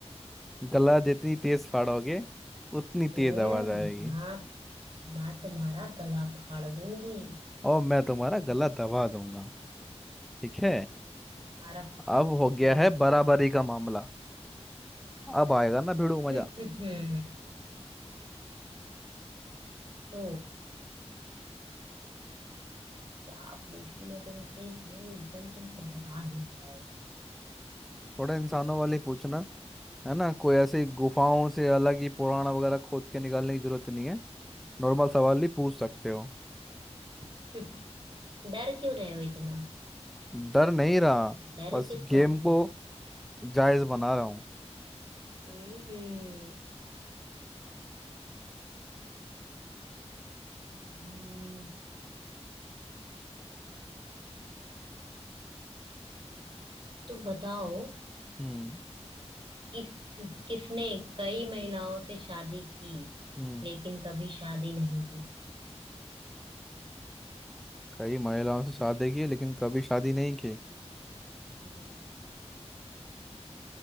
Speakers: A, in the centre; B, on the right.
A: गला जितनी तेज फाड़ोगे उतनी
B: हम्म
A: तेज आवाज आएगी
B: मैं मैं तुम्हारा गला फाड़ दूंगी
A: और मैं तुम्हारा
B: <laughs>
A: गला दबा दूंगा ठीक है
B: मैं तुम्हारा
A: अब हो गया
B: नहीं
A: है बराबरी का मामला अब आएगा ना भिड़ू
B: <laughs>
A: मजा
B: तो क्या पूछूं मैं तुमसे जो एकदम तुम कब बता ही ना पाओ
A: थोड़ा इंसानों वाले पूछना है ना कोई ऐसे गुफाओं से अलग ही पुराना वगैरह खोद के निकालने की जरूरत नहीं है नॉर्मल सवाल भी पूछ सकते हो
B: <laughs> डर क्यों रहे हो इतना
A: डर नहीं रहा
B: डर
A: बस
B: किस बात
A: गेम को
B: का है
A: जायज बना रहा हूँ
B: हम्म हम्म, हम्म, हम्म। तो बताओ
A: हम्म
B: किस किसने कई महिलाओं से शादी की
A: हम्म
B: लेकिन कभी शादी नहीं की
A: कई महिलाओं से शादी की लेकिन कभी शादी नहीं की
B: हम्म